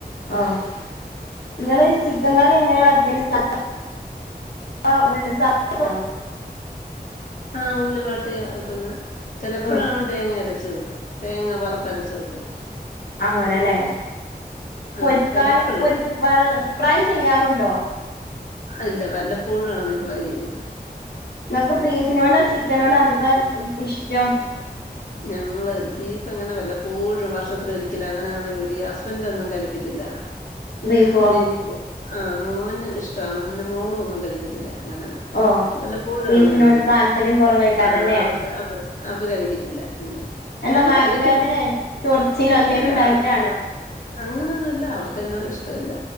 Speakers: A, on the left; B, on the left.
A: ആഹ് ങ്ങള് ചിക്കൻ കറി എങ്ങനാ വക്കല് താ ആഹ് ഉള്ളി <unintelligible>
B: ആഹ് ഉള്ളി വാട്ടിയാ വെക്കുന്നെ ചലപ്പോഴാണ്
A: ഉം
B: തേങ്ങ അരച്ച് വെക്കും തേങ്ങ വറുത്തരച്ച് വെക്കും
A: അങ്ങനെ ലെ പൊരിക്കാനും
B: ആ ചെലപ്പഴ്
A: പൊരി ഫ്രൈ ചെയ്യാറുണ്ടോ?
B: ഇല്ല വല്ലപ്പോഴു ആണ് ഫ്രൈ ചെയ്യു
A: ഇങ്ങക്ക് ബീഫിനോടോ ചിക്കനോടോ അതികം ഇഷ്ടം
B: ഞങ്ങള് ബീഫ് അങ്ങന വല്ലപ്പോഴും വർഷത്തില് ഒരിക്കലാ അങ്ങനെയാണ് വെടിയ ഹസ്ബൻഡ് ഒന്നും കഴിക്കത്തില്ല
A: ബീഫോ
B: എനിക്ക് ആഹ് മോന് ഇഷ്ടാണ് പിന്നെ മോളും ഒന്നും കഴിക്കത്തില്ല. അങ്ങന
A: ഓ
B: വല്ല പ്പോഴു
A: ബീഫിനോട്
B: ആണേ വെടിക്കും
A: താല്പര്യം കുറവേക്കാരല്ലേ
B: ആഹ് അവർക്ക് അവർ അവർ കഴിക്കത്തില്ല
A: എന്താ
B: ഞാനും
A: വയറുവേദന
B: കഴിക്കും
A: ചൊറിച്ചിലോ എന്തേലും
B: എന്താറും
A: ഉണ്ടായിട്ടാണോ
B: അങ്ങനെയൊന്നുല്ല അവർക്കന്നെ ഇഷ്ട്ടോല്ല